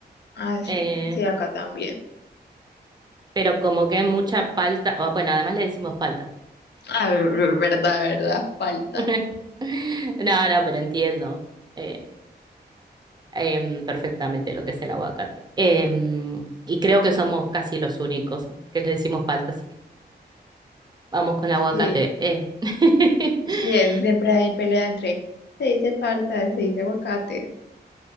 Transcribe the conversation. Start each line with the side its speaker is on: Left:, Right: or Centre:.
Left: Ah, sí,
Right: eh,
Left: sí, acá también.
Right: pero como que hay mucha palta, o, bueno, además le decimos palta.
Left: Ah, ver- verdad, verdad, falta.
Right: <laughs> No, no, pero entiendo eh, em, perfectamente lo que es el aguacate. Em, y creo que somos casi los únicos que le decimos palta, así que vamos con aguacate.
Left: Sí,
Right: eh. <laughs>
Left: sí, eso siempre hay pelea entre se dice falta, se dice aguacate.